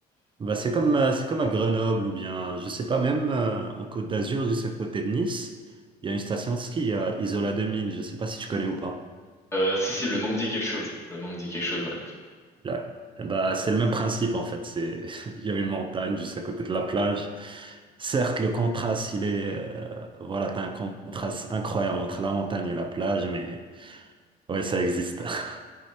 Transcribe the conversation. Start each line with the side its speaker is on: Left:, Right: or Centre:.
Right: bah c'est comme, euh, c'est comme à Grenoble ou bien, je sais pas, même euh, en Côte d'Azur, juste à côté de Nice, il y a une station de ski, à Isola deux Mille Je sais pas si tu connais ou pas.
Left: Euh, si, si, le nom me dit quelque chose. Le nom me dit quelque chose, ouais.
Right: Là, eh ben, c'est le même principe en fait. C'est, <laughs> il y a une montagne juste à côté de la plage. Certes, le contraste, il est, euh, voilà, t'as un contraste incroyable entre la montagne et la plage, mais ouais, ça existe. <laughs>